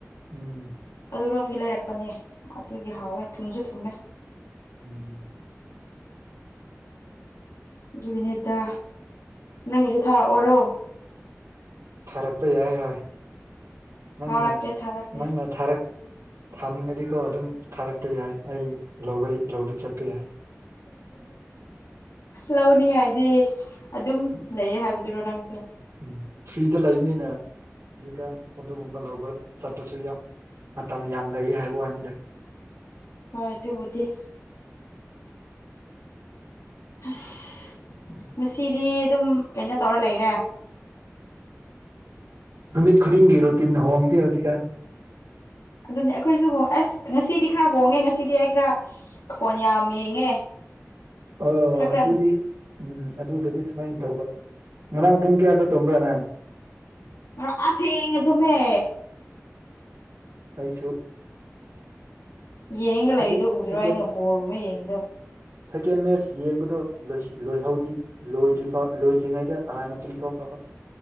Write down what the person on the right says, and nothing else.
ꯎꯝ
ꯎꯝ
ꯊꯥꯔꯛꯄ ꯌꯥꯏ ꯍꯥꯏ ꯅꯪꯅ
ꯅꯪꯅ ꯊꯥꯔꯛ ꯊꯥꯅꯤꯡꯉꯗꯤꯀꯣ ꯑꯗꯨꯝ ꯊꯥꯔꯛꯄ ꯌꯥꯏ ꯑꯩ ꯂꯧꯕꯩ ꯂꯧꯕ ꯆꯠꯄ ꯌꯥꯏ <inaudible>
ꯎꯝ ꯐ꯭ꯔꯤꯗ ꯂꯩꯕꯅꯤꯅꯥ ꯍꯧꯖꯤꯛꯀꯥꯟ ꯑꯗꯨꯒꯨꯝꯕ ꯂꯧꯕ ꯆꯠꯄꯁꯨ ꯌꯥꯝ ꯃꯇꯝ ꯌꯥꯝ ꯂꯩꯌꯦ ꯍꯥꯏꯕ ꯋꯥꯅꯤꯗ
ꯅꯨꯃꯤꯠ ꯈꯨꯗꯤꯡꯒꯤ ꯔꯨꯇꯤꯟ ꯍꯣꯡꯗꯦ ꯍꯧꯖꯤꯛꯀꯥꯟ
ꯑꯣ
ꯑꯗꯨꯗꯤ ꯎꯝ ꯑꯗꯨꯕꯨꯗꯤ ꯁꯨꯃꯥꯏꯅ ꯇꯧꯕ ꯉꯔꯥꯡ ꯄꯨꯡ ꯀꯌꯥꯗ ꯇꯨꯝꯕ꯭ꯔꯥꯅ ꯅꯪ
ꯑꯩꯁꯨ
ꯁꯦꯀꯦꯟ
ꯁꯦꯀꯦꯟ
ꯁꯦꯀꯦꯟ ꯃꯦꯠꯆ ꯌꯦꯡꯕꯗꯣ ꯂꯣꯏꯁꯤ ꯂꯣꯏꯍꯧꯗ꯭ꯔꯤ ꯂꯣꯏꯗ꯭ꯔꯤ ꯐꯥꯎ ꯂꯣꯏꯗ꯭ꯔꯤꯉꯩꯗ ꯍꯥꯟꯅ ꯄꯨꯝꯊꯣꯛꯈꯥꯕ